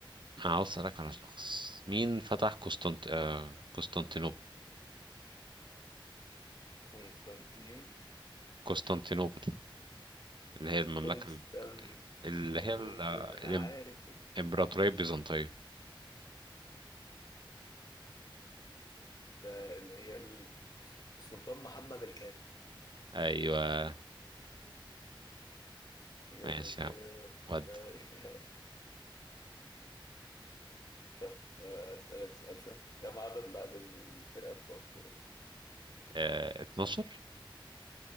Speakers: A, on the right; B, on the left.
A: عاوز اسالك على شخص مين فتح قسطنط آه قسطنطينوبل
B: كونستانتين
A: قسطنطينوبل اللي هي المملكه
B: كونستانتينوبل
A: ال- اللي هي ال- آه،
B: انا
A: الإم-
B: عارف
A: الامبراطوريه البيزنطيه
B: ده اللي هي ال- السلطان محمد الفاتح
A: ايوه
B: إجابة-
A: ماشي يا عم ودي
B: إجابة- <laughs> طب اسالك سؤال سهل كم عدد لاعبين الفرقه بتوع الكوره؟
A: آه 12